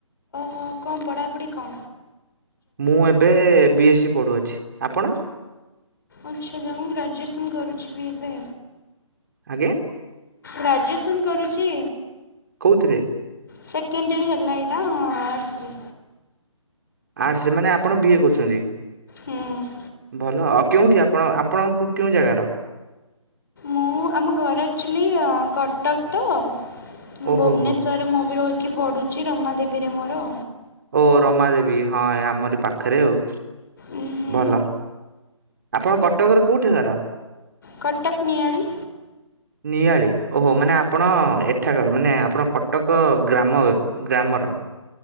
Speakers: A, on the left (about 40°); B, on the right (about 40°).
A: ହଁ କଁ ପଢ଼ାପୁଢ଼ି କଁ?
B: ମୁଁ ଏବେ ବି ଏସ୍ ସି ପଢ଼ୁଅଛି, ଆପଣ?
A: ଆଚ୍ଛା ଜଣେ ଗ୍ରାଜୁଏସନ୍ କରୁଛି ବି ଏବେ।
B: ଆଜ୍ଞା?
A: ଗ୍ରାଜୁଏସନ୍ କରୁଚି।
B: କୋଉଥିରେ?
A: ସେକେଣ୍ଡ୍ ଇୟର୍ ହେଲା ଏଇଟା ଆର୍ଟସ୍ ରେ।
B: ଆର୍ଟସ୍ ରେ ମାନେ ଆପଣ ବିଏ କରୁଚନ୍ତି।
A: ହୁଁ।
B: ଭଲ ଆଉ କେଉଁଠି ଆପଣ ଆ ଆପଣଙ୍କୁ କେଉଁ ଜାଗାର?
A: ମୁଁ ଆମ ଘର ଆକ୍ଚୁଲି ଅଁ କଟକ ତ।
B: ଓହୋ
A: ଭୁବନେଶ୍ୱରରେ
B: ହୋ
A: ମୁଁ ବି ରହିକି ପଢ଼ୁଚି ରମା ଦେବୀରେ ମୋର।
B: ଓ ରମା ଦେବୀ ହଁ ଆମରି ପାଖରେ ଆଉ
A: ଉଁ ହୁଁ
B: ଭଲ। ଆପଣ କଟକର କୋଉଠି ଘର?
A: କଟକ ନିଆଳି।
B: ନିଆଳି ଓହୋ ମାନେ ଆପଣ ଏଠାକାର ମାନେ ଆପଣ କଟକ ଗ୍ରାମ ଗ୍ରାମର।